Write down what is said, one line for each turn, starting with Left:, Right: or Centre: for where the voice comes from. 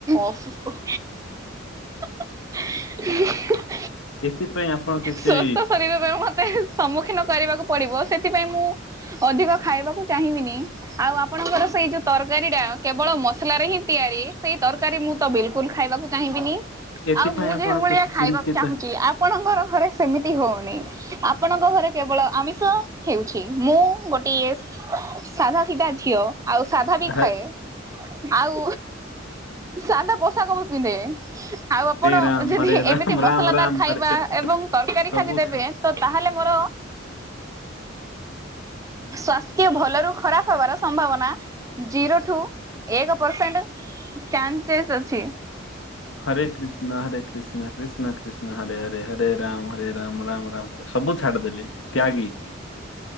Right: ଅସୁସ୍ଥ। <unintelligible>
Left: ଏଥିପାଇଁ ଆପଣ କିଛି
Right: ସ୍ୱସ୍ଥ ଶରୀରର ମତେ ସମ୍ମୁଖୀନ କରିବାକୁ ପଡିବ ସେଥିପାଇଁ ମୁଁ ଅଧିକ ଖାଇବାକୁ ଚାହିଁବିନି। ଆଉ ଆପଣଙ୍କର ସେଇ ଯୋଉ ତରକାରୀ ଟା କେବଳ ମସଲାରେ ହିଁ ତିଆରି ସେଇ ତରକାରୀ ମୁଁ ତ ବିଲକୁଲ ଖାଇବାକୁ ଚାହିଁବିନି
Left: ଏଥିପାଇଁ
Right: ଆଉ ମୁଁ
Left: ଆପଣ
Right: ଯେଉଁଭଳିଆ
Left: କିଛି
Right: ଖାଇବାକୁ
Left: ଚିନ୍ତିତ
Right: ଚାହୁଁଛି ଆଉ ପଣଙ୍କର ଘରେ ସେମିତି ହଉନି। ଆପଣଙ୍କ ଘରେ କେବଳ ଆମିଷ ହେଉଛି। ମୁଁ ଗୋଟିଏ ସାଧା ସିଧା ଝିଅ। ଆଉ ସାଧା ବି ଖାଏ।
Left: ହେ
Right: ଆଉ ସାଧା ପୋଷାକ ବି ପିନ୍ଧେ। ଆଉ ଆପଣ
Left: ରାମ
Right: ଯଦି
Left: ହରେ
Right: ଏମିତି
Left: ରାମ
Right: ମସଲାଦାର
Left: ରାମ ରାମ
Right: ଖାଇବା
Left: ହରେ ହରେ
Right: ଏବଂ ତରକାରୀ
Left: ସବୁ
Right: ଖାଲି ଦେବେ
Left: ଛା-
Right: ତ ତାହେଲେ ମୋର ସ୍ଵାସ୍ଥ୍ୟ ଭଲରୁ ଖରାପ ହବାର ସମ୍ଭାବନା ଜିରୋଠୁ ଏକ ପରସେଣ୍ଟ ଚାନ୍ସସେସ୍ ଅଛି।
Left: ହରେ କୃଷ୍ଣ ହରେ କୃଷ୍ଣ କୃଷ୍ଣ କୃଷ୍ଣ ହରେ ହରେ ହରେ ରାମ ହରେ ରାମ ରାମ ରାମ ସବୁ ଛାଡିଦେଲି ତ୍ୟାଗୀ।